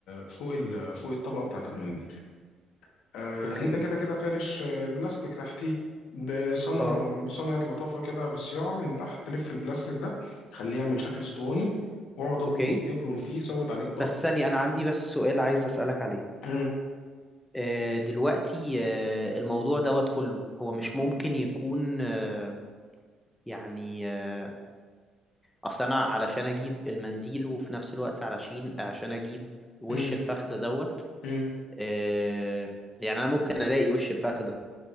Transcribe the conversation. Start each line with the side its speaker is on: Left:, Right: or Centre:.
Left: فوق ال فوق الطبقة بتاعة المنديل آه
Centre: اوكي
Left: انت كده كده فارش آه، بلاستيك تحتيه بصنع
Centre: اه
Left: بصنعة لطافة كده بالصياعة من تحت تلف البلاستيك ده خليه يعمل شكل اسطواني واقعد ابرم
Centre: اوكي
Left: فيه ابرم فيه زود عليه الضغط
Centre: بس ثانية انا عندي بس سؤال عايز اسألك عليه
Left: مم،
Centre: آه دلوقتي آه الموضوع دوت كله هو مش ممكن يكون آه يعني آه اصل انا علشان اجيب المنديل وفي نفس الوقت علشان عشان اجيب وش
Left: مم،
Centre: الفخدة دوت
Left: مم.
Centre: آه يعني انا ممكن الاقي وش الفخدة